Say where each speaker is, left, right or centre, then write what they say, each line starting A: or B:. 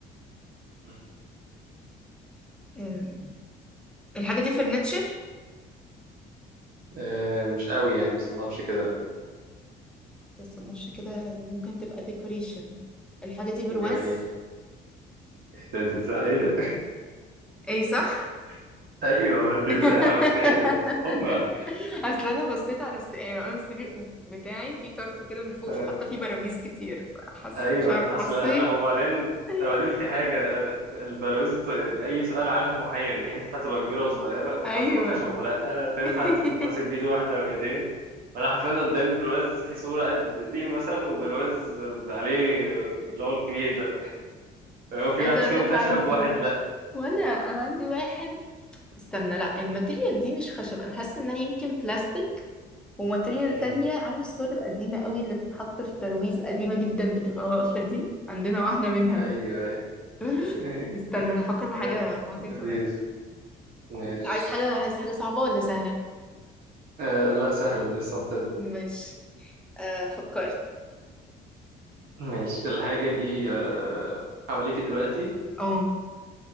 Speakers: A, on the right; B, in the centre.
A: لا
B: آم، الحاجة دي فرنتشر
A: آه، مش قوي يعني متصنفش كده لا
B: متستناش كده ممكن تبقى ديكوريشن الحاجة دي برواز
A: جميل ده انت ازاي ايه ده
B: اي صح
A: <laughs> ايوه ما انت ازاي
B: <laughs>
A: عرفت ايه ده انت تخم ولا إيه؟
B: اصل انا بصيت على الس... يعني انا السرير بتاعي في طرف كده من فوق
A: آه،
B: فحاطه فيه براويز كتير فحس
A: ايوه
B: مش عارفه
A: اصل
B: حسيت
A: انا وبعدين
B: <laughs>
A: وبعدين في حاجه آه، البلاويز اي سؤال عنها محير ان هي تنفع تبقى كبيره وصغيره تنفع
B: ايوه
A: تبقى خشب ولا تنفع
B: <laughs>
A: تتمسك بايد واحده وايدين وانا حرفيا قدام برواز في صوره قد دي مثلا وبرواز عليه اللي هو الكبير ده وفي
B: عايزه
A: واحد
B: اقول
A: فيهم
B: لك
A: خشب
B: عندي
A: وواحد لا
B: وانا انا عندي واحد استنى لا الماتيريال دي مش خشب انا حاسه انها يمكن بلاستيك وماتيريال
A: مم.
B: تانية عارف الصور القديمه قوي اللي بتتحط في ترويز قديمه جدا بتبقى واقفه دي عندنا واحده منها
A: ايوه
B: <laughs>
A: ايوه
B: استنى انا افكر في حاجه
A: <laughs>
B: في حاجه
A: لذيذ
B: كمان
A: ماشي
B: عايز حاجه عايز حاجه صعبه ولا سهله
A: آه لا سهل انا لسه مبتدئ
B: مش آه فكرت
A: ماشي الحاجة دي آه حواليك دلوقتي
B: اه